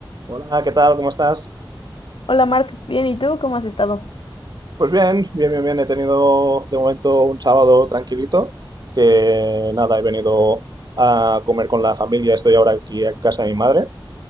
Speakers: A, on the right; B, on the left.
A: Hola, ¿qué tal? ¿Cómo estás?
B: Hola Mark, bien, ¿y tú cómo has estado?
A: Pues bien, bien, bien, bien. He tenido de momento un sábado tranquilito, que nada, he venido a comer con la familia, estoy ahora aquí a casa de mi madre.